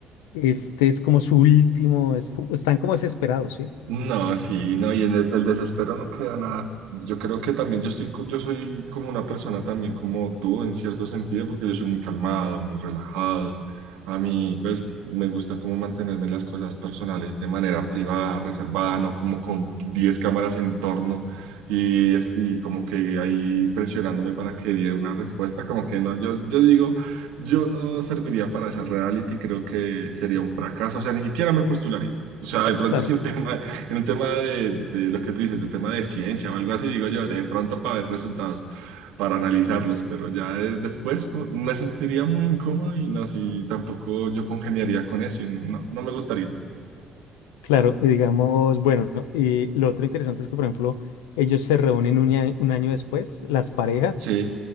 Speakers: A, on the left (about 80°); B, on the right (about 75°).
A: este es como su último, es como- están como desesperados, ¿sí?
B: No, sí, no, y en el, del desespero no queda nada. Yo creo que también yo estoy, co- yo soy como una persona también como tú en cierto sentido, porque yo soy muy calmado, muy relajado. A mí, pues, me gusta como mantenerme las cosas personales de manera privada, reservada, no como con 10 cámaras en torno y, es- y como que ahí presionándome para que dé una respuesta, como que no, yo, yo digo, yo no serviría para esa reality, creo que sería un fracaso, o sea, ni siquiera me postularía. O sea, de pronto
A: Claro,
B: si un <laughs> tema, en un tema de, de lo que tú dices, de tema de ciencia o algo así, digo yo, de pronto para ver resultados, para analizarlos, pero ya eh, después pues, me sentiría muy incómodo y no, si tampoco yo congeniaría con eso y no, no me gustaría.
A: claro. Y digamos, bueno, y lo otro interesante es que, por ejemplo, ellos se reúnen un, a- un año después, las parejas.
B: Sí,